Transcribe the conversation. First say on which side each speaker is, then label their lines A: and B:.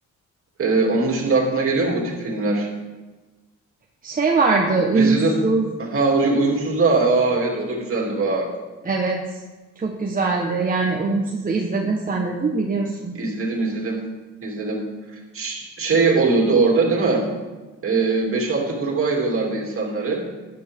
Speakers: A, on the right; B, on the right.
A: Ee, onun dışında aklına geliyor mu bu tip filmler?
B: Şey vardı, uyumsuz.
A: Resident... Ha, uy- uyumsuz da. Aa, evet o da güzeldi bak.
B: Evet. Çok güzeldi. Yani uyumsuzu izledin sen dedim biliyorsun.
A: İzledim, izledim. izledim. Ş- şey oluyordu orada değil mi? Ee, 5-6 gruba ayırıyorlardı insanları.